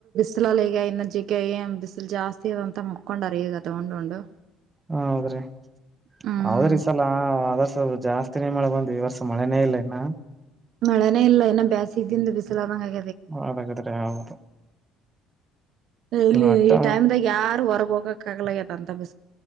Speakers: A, on the right; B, on the right.
A: ಬಿಸಿಲಲ್ಲಿ ಈಗ ಇನ್ನಜ್ಜಿಗೆ ಏ ಬಿಸಿಲು ಜಾಸ್ತಿ ಇ ಅಂತ ಮುಕೊಂಡರ್ ಈಗ ತಗೊಂಡ ಉಂಡು ಉಂಡು.
B: ಹ ಹೌದ್ರಿ
A: ಹ್ಮ್
B: ಹೌದ್ರಿ ಸಲ ಆದ ಸ್ವಲ್ಪ ಜಾಸ್ತಿನೇ ಮಳೆ ಬಂದು ಈ ವರ್ಷ ಮಳೆನೇ ಇಲ್ಲ ಇನ್ನ-
A: ಮಳೆನೇ ಇಲ್ಲ ಏನ ಬ್ಯಾಸಿದಿಂದ ಬಿಸಲಂಗ ಅದ.
B: ಹದಾಗಾದ್ರೆ ಹೌದು.
A: ಇಲ್ಲಿ
B: ಒಟ್ಟ
A: ಈ ಟೈಮ್ ದಾಗ ಯಾರು ಹೊರಗ ಹೋಗಕ್ ಆಗಲಾಗ್ಯಾದ. ತ <inaudible>